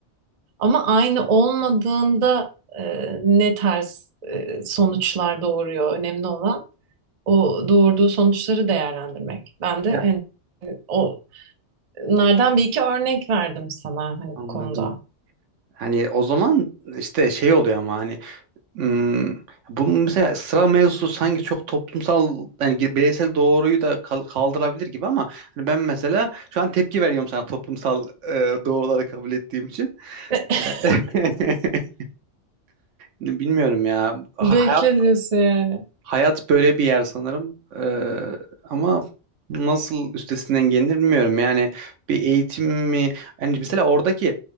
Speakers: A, on the right; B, on the right.
A: Ama aynı olmadığında e, ne tarz e, sonuçlar doğuruyor önemli olan o doğurduğu sonuçları değerlendirmek. Ben de
B: Ya,
A: hani o nereden bir iki örnek verdim sana hani bu
B: anladım.
A: konuda.
B: Hani o zaman işte şey oluyor ama hani Hmm, bunun mesela sıra mevzusu sanki çok toplumsal yani gi- bireysel doğruyu da kal- kaldırabilir gibi ama hani ben mesela şu an tepki veriyorum sana toplumsal e, doğruları kabul ettiğim için.
A: <laughs>
B: <laughs> Bilmiyorum ya. Ha-
A: Bekle diyorsun yani.
B: Hayat böyle bir yer sanırım. Ee, ama nasıl üstesinden gelinir bilmiyorum. Yani bir eğitim mi? Yani mesela oradaki